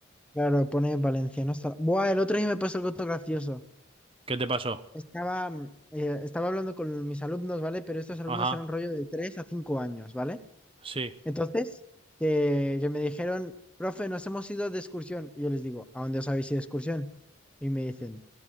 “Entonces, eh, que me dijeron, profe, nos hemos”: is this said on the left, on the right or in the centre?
Centre